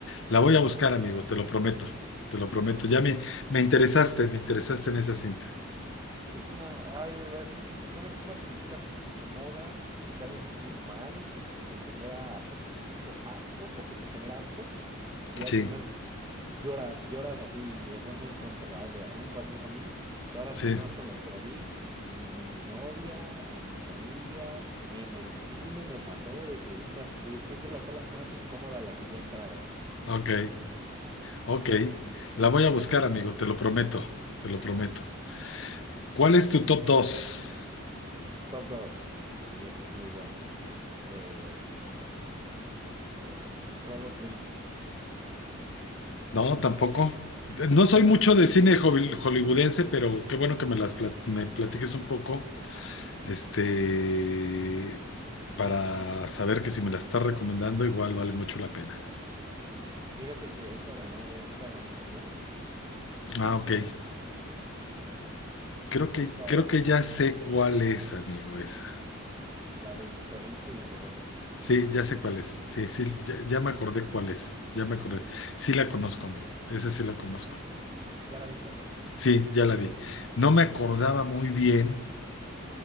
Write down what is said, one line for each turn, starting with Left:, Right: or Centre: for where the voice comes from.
Left: La voy a buscar, amigo, te lo prometo, te lo prometo. Ya
Right: Es,
Left: me, me interesaste, me interesaste en esa cinta.
Right: Es una, ay, de verdad es que es, una- créeme que es una película que te incomoda, que te hace sentir mal, que te genera hasta cierto punto asco, porque te genera asco, y al
Left: Sí,
Right: final lloras, lloras así de forma incontrolable. A mí me pasó eso a mí, todas las
Left: sí,
Right: personas con las que la vi, mi novia, en mi familia, en el cine me pasó de que una de- creo que es la sala más incómoda a la que yo he entrado.
Left: ok, ok. La voy a buscar, amigo, te lo prometo, te lo prometo. ¿Cuál es tu top dos?
Right: Top 2 y este es muy bueno. Eh, eh, Robot Dreams.
Left: No, tampoco. No soy
Right: Esa
Left: mucho
Right: es- también
Left: de cine
Right: es reciente.
Left: holly- hollywoodense, pero qué bueno que me las plat- me platiques un poco, este, para saber que si me las estás recomendando, igual vale mucho la pena.
Right: Fíjate que esta ganó Oscar a Animación.
Left: Ah, ok, Creo
Right: Esta
Left: que, creo
Right: es
Left: que ya sé cuál es, amigo, esa.
Right: la del perrito y el robot.
Left: Sí, ya sé cuál es. Sí, sí, ya, ya me acordé cuál es. Ya me acordé. Sí la conozco, amigo. Esa sí la conozco.
Right: ¿Ya la viste?
Left: Sí, ya la vi. No me acordaba muy bien,